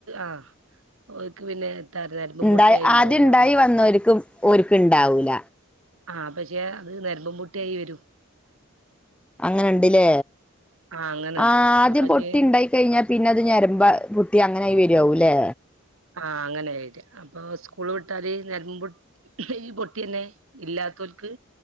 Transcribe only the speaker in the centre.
ഉണ്ടായി
ആദ്യം ഉണ്ടായി
വന്നവർക്ക്ും ഒരുക്കും ഇണ്ടാവൂല
അങ്ങനെുണ്ടില്ലേ
ആ ആദ്യം
പൊട്ടി ഉണ്ടായി കഴിഞ്ഞാ പിന്നെ അത് ഞരമ്പാ പുട്ടി അങ്ങനെ ആായി വരുവവുംല്ലേ